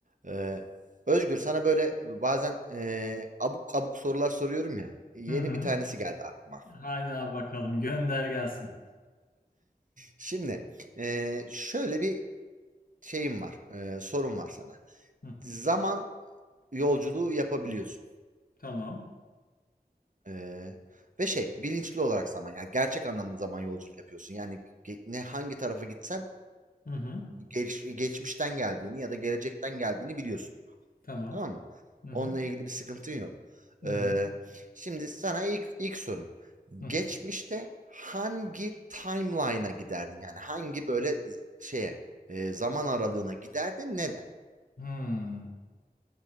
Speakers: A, on the right (about 55°); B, on the left (about 60°).
A: Ee, Özgür sana böyle bazen ee, abuk abuk sorular soruyorum ya. Yeni
B: Hı hı.
A: bir tanesi geldi aklıma.
B: Haydi abi bakalım. Gönder gelsin.
A: Şimdi ee, şöyle bir şeyim var, ee, sorum var sana.
B: Hı.
A: Zaman yolculuğu yapabiliyorsun.
B: Tamam.
A: Ee, ve şey bilinçli olarak zaman yani gerçek anlamda zaman yolculuğu yapıyorsun. Yani ge- ne hangi tarafa gitsen
B: Hı hı.
A: geç- geçmişten geldiğini ya da gelecekten geldiğini biliyorsun.
B: Tamam.
A: Tamam mı?
B: Hı hı.
A: Onunla ilgili bir sıkıntın yok.
B: Hı
A: Eee,
B: hı.
A: şimdi sana ilk ilk sorum.
B: Hı.
A: Geçmişte hangi timeline'a giderdin? Yani hangi böyle z- şeye, eee, zaman aralığına giderdin? Neden?
B: Hmm.